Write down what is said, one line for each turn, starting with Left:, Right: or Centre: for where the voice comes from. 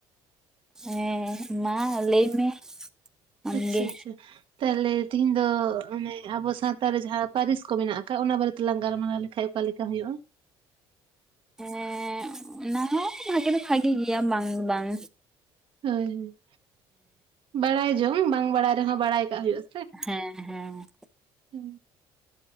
Centre: ᱦᱮᱸ ᱢᱟ ᱞᱟᱹᱭ ᱢᱮ ᱟᱢᱜᱮ
Right: ᱟᱪᱪᱷᱟ ᱟᱪᱪᱷᱟ ᱛᱟᱦᱚᱞᱮ ᱛᱤᱦᱤᱧ ᱫᱚ ᱚᱱᱮ ᱟᱵᱚ ᱥᱟᱶᱛᱟ ᱨᱮ ᱡᱟᱦᱟᱸ ᱯᱟᱹᱨᱤᱥ ᱠᱚ ᱢᱮᱱᱟᱜ ᱟᱠᱟᱫ ᱚᱱᱟ ᱵᱟᱨᱮ ᱛᱮ ᱞᱟᱝ ᱜᱟᱞᱢᱟᱨᱟᱣ ᱞᱮᱠᱷᱟᱡ ᱚᱠᱟ ᱞᱮᱠᱟ ᱦᱩᱭᱩᱜ-ᱟ
Centre: ᱦᱮᱸ ᱚᱱᱟ ᱦᱚᱸ ᱵᱷᱟᱜᱮ ᱫᱚ ᱵᱷᱟᱜᱮ ᱜᱮᱭᱟ ᱵᱟᱝ ᱫᱚ ᱵᱟᱝ
Right: ᱦᱳᱭ ᱵᱟᱲᱟᱭ ᱡᱚᱝ ᱵᱟᱝ ᱵᱟᱲᱟᱭ ᱨᱮᱦᱚᱸ ᱵᱟᱲᱟᱭ ᱠᱟᱜ ᱦᱩᱭᱩᱜ
Centre: ᱦᱮᱸ ᱦᱮᱸ
Right: ᱦᱩ